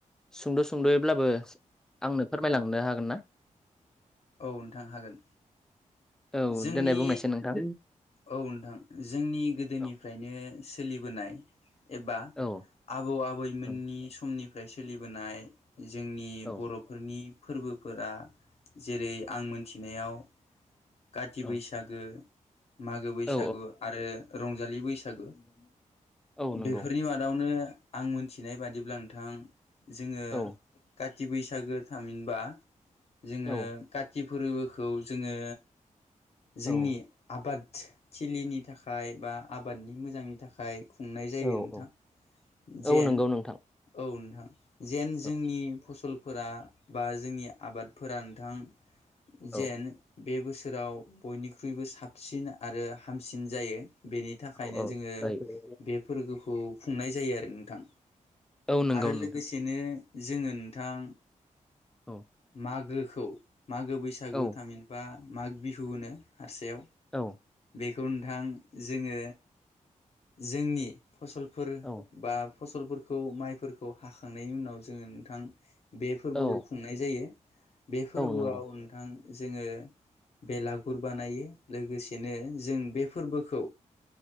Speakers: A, in the centre; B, on the left.
A: सुंद' सुंद'यैब्लाबो आंनो फोरमायलांनो हागोन ना?
B: औ नोंथां हागोन।
A: औ
B: जोंनि
A: देनाय बुंनायसै नोंथां
B: औ नोंथां जोंनि गोदोनिफ्रायनो
A: औ
B: सो लिबोनाय एबा
A: औ
B: आबौ आबैमोननि
A: औ
B: समनिफ्राय सोलिबोनाय जोंनि
A: औ
B: बर'फोरनि फोरबोफोरा जेरै आं मोनथिनायाव काथि
A: औ
B: बैसागो, मागो बैसागु
A: औ
B: आरो रंज रंजालि बैसागो
A: औ नंगौ
B: बेफोरनि मादावनो आं मोनथिनाय बादिब्ला नोंथां जोङो
A: औ
B: का ति बैसागो थामहिनबा जोङो
A: औ
B: काति फोरबोखौ जोङो जोंनि
A: औ
B: आबादथिलिनि थाखाय बा आबादनि मोजांनि थाखाय खुंनाय जायो।
A: औ
B: नोंथां
A: औ
B: जेन
A: औ नंगौ नोंथां
B: औ थां जेन
A: औ
B: जोंनि फसलफोरा बा जोंनि आबादफोरा नोंथां जेन
A: औ
B: बे बोसोराव बयनिख्रुइबो साबसिन आरो हामसिन जायो। बेनि थाखायनो
A: औ औ
B: जोङो
A: जायो
B: बे फोरबोखौ खुंनाय जायो आरो नोंथां।
A: औ नंगौ
B: आरो
A: नोंथां
B: लोगोसेनो जोङो नोंथां
A: औ
B: मागो खौ मागो बैसागु
A: औ
B: तामहिनबा माग बिहु होनो हारसायाव‌।
A: औ।
B: खौ नोंथां जोङो जोंनि फसलफोर
A: औ
B: बा फसलफोरखौ माइफोरखौ हाखांनायनि उनाव जोङो नोंथां बे फोरबोखौ
A: औ
B: खुंनाय जायो बे फोरबोआव
A: नंगौ
B: नोंथां जोङो बेलागुर बानायो लोगोसेनो जों बे फोरबोखौ